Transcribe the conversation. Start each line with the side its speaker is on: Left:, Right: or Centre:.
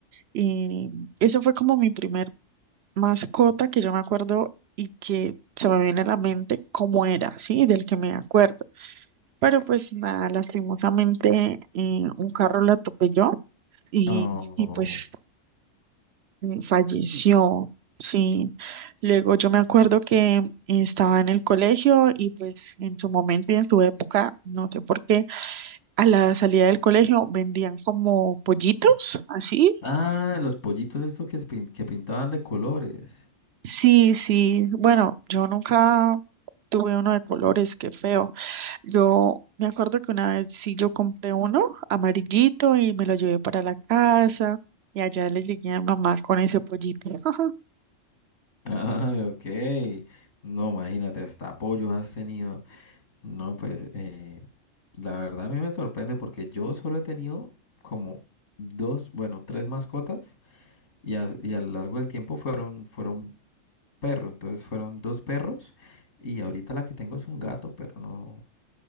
Right: y eso fue como mi primer mascota que yo me acuerdo y que se me viene a la mente cómo era, ¿sí? Del que me acuerdo. Pero pues nada, lastimosamente eh, un carro la atropelló y,
Left: No.
Right: y pues mm, falleció. Sí, luego yo me acuerdo que estaba en el colegio y pues en su momento y en su época, no sé por qué, a la salida del colegio vendían como pollitos, así.
Left: Ah, los pollitos estos que, se pin- que pintaban de colores. <laughs>
Right: Sí, sí, bueno, yo nunca tuve uno de colores, qué feo. Yo me acuerdo que una vez sí yo compré uno amarillito y me lo llevé para la casa y allá le llegué a mi mamá con ese pollito. <laughs>
Left: Ah, ok. No, imagínate, hasta apoyos has tenido. No, pues eh, la verdad a mí me sorprende porque yo solo he tenido como dos, bueno, tres mascotas. Y a, y a lo largo del tiempo fueron, fueron perro, entonces fueron dos perros y ahorita la que tengo es un gato, pero no,